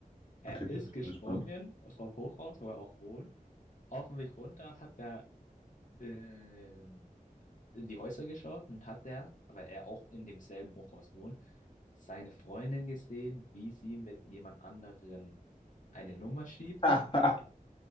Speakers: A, on the left; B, on the left.
A: er
B: okay,
A: ist
B: ich
A: gesprungen
B: bin gespannt.
A: vom Hochhaus, wo er auch wohnt. Auf dem Weg runter hat er in, in die Häuser geschaut und hat er, weil er auch in demselben Hochhaus wohnt, seine Freundin gesehen, wie sie mit jemand anderen eine Nummer schiebt.
B: <laughs>